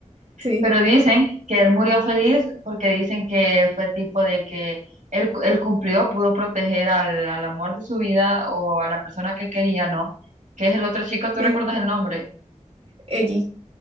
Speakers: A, on the right (about 45°); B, on the right (about 70°).
A: Sí,
B: Pero dicen que él murió feliz porque dicen que fue tipo de que él, él cumplió, pudo proteger al, al amor de su vida o a la persona que quería, ¿no? Que es el otro chico, ¿tú
A: sí,
B: recuerdas el nombre?
A: Ellie.